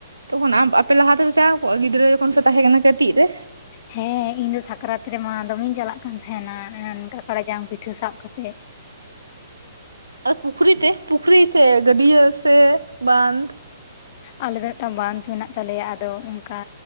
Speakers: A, on the right (about 80°); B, on the left (about 35°).
A: ᱛᱚᱠᱷᱚᱱ ᱟᱢ ᱟᱯᱮ ᱞᱟᱦᱟ ᱛᱮᱯᱮ ᱪᱟᱣ ᱟᱠᱚ ᱜᱤᱫᱽᱨᱟᱹ ᱡᱚᱠᱷᱚᱱ ᱯᱮ ᱛᱟᱦᱮᱸ ᱠᱟᱱᱟ ᱠᱟᱹᱴᱤᱡ ᱨᱮ?
B: ᱦᱮᱸ ᱤᱧ ᱫᱚ ᱥᱟᱠᱨᱟᱛ ᱨᱮᱢᱟ ᱫᱚᱢᱮᱧ ᱪᱟᱞᱟᱜ ᱠᱟᱱ ᱛᱟᱦᱮᱸᱱᱟ ᱠᱟᱠᱲᱟ ᱡᱟᱝ ᱯᱤᱴᱷᱟᱹ ᱥᱟᱵ ᱠᱟᱛᱮᱜ᱾
A: ᱯᱩᱠᱷᱨᱤ ᱛᱮ ᱯᱩᱠᱷᱨᱤ ᱥᱮ ᱜᱟᱹᱰᱤᱭᱟᱹ ᱥᱮ ᱵᱟᱸᱫ
B: ᱟᱞᱮ ᱫᱚ ᱢᱤᱫᱴᱟᱝ ᱵᱟᱸᱫ ᱢᱮᱱᱟᱜ ᱛᱟᱞᱮᱭᱟ ᱟᱫᱚ ᱚᱱᱠᱟ